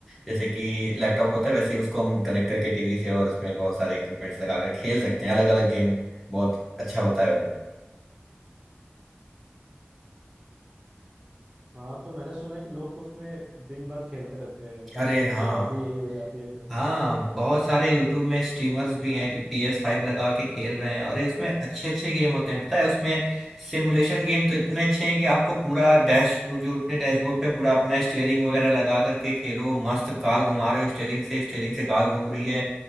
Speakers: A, in the centre; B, on the right.
A: जैसे कि लैपटॉप होता है वैसे ही उसको हम कनेक्ट करके टीवी से और उसमें बहुत सारे इक्विपमेंट्स लगा कर खेल सकते हैं अलग अलग गेम बहुत अच्छा होता है वो
B: हाँ तो मैंने सुना है कि लोग तो उसमें दिन भर खेलते रहते हैं
A: अरे
B: उनकी
A: हाँ
B: हॉबी यही हो जाती है फिर
A: हाँ बहुत सारे YouTube में स्ट्रीमर्स भी हैं कि पी एस फाइव लगा के खेल रहे हैं अरे उसमें अच्छे अच्छे गेम होते हैं पता है उसमें सिमुलेशन गेम तो इतने अच्छे हैं कि आपको पूरा डैश जो अपने डैशबोर्ड पे पूरा अपना स्टेयरिंग वगैरह लगा करके खेलो मस्त कार घुमा रहे हो स्टेयरिंग से स्टेयरिंग से कार घूम रही है